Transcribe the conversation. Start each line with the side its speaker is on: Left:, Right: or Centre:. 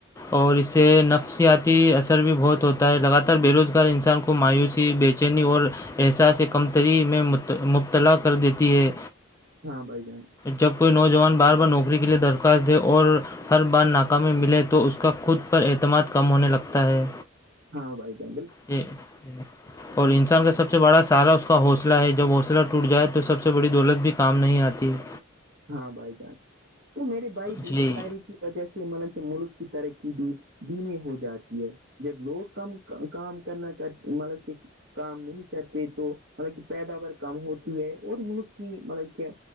Left: اور اس سے نفسیاتی اثر بھی بہت ہوتا ہے لگاتار بے روزگار انسان کو مایوسی بےچینی اور احساس کمتری میں مبتلا کر دیتی ہے
Right: ہاں بائی جان
Left: جب کوئی نوجوان بار بار نوکری کے لیے درخواست دے اور ہر بار ناکامی ملے تو اس کا خود پر اعتماد کم ہونے لگتا ہے
Right: ہاں بائی بل
Left: ہوں اور انسان کا سب سے بڑا سارا اس کا حوصلہ ہے جب حوصلہ ٹوٹ جائے تو سب سے بڑی دولت بھی کام نہیں آتی ہاں
Right: ہاں بھائی جان تو میرے بھائی بے
Left: جی
Right: روزگاری کی جہس مل ملک کی ترقی بھی دنے ہو جاتی ہے جب لوگ کم کام کرنا چاہتے مطلب کہ کام نہیں کرتے تو مطلب کہ پیداوار کم ہوتی ہے اور ملک کی مطلب کیا